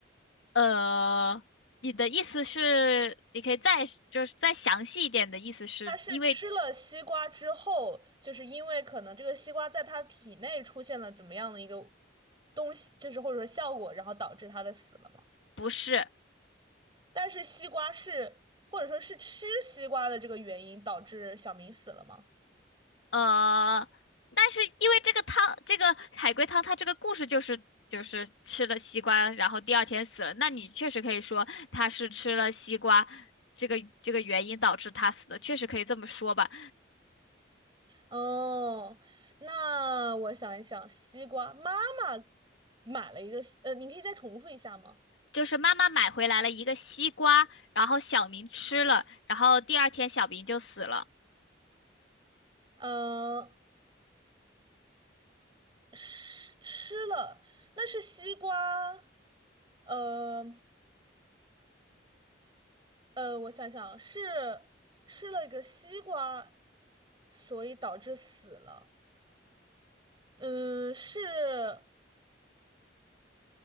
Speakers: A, on the left (about 75°); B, on the right (about 25°).
A: 呃，你的意思是，你可以再就是再详细一点的意思是因为
B: 他是吃了西瓜之后，就是因为可能这个西瓜在他体内出现了怎么样的一个东西，就是或者说效果，然后导致他的死了嘛。
A: 不是。
B: 但是西瓜是或者说是吃西瓜的这个原因导致小明死了吗？
A: 呃，但是因为这个汤，这个海龟汤，它这个故事就是就是吃了西瓜，然后第二天死了。那你确实可以说他是吃了西瓜，这个这个原因导致他死的，确实可以这么说吧。
B: 哦，那我想一想，西瓜妈妈买了一个，呃，你可以再重复一下吗？
A: 就是妈妈买回来了一个西瓜，然后小明吃了，然后第二天小明就死了。
B: 嗯、呃，吃吃了，那是西瓜，呃。呃，我想想，是吃了一个西瓜，所以导致死了。嗯，是，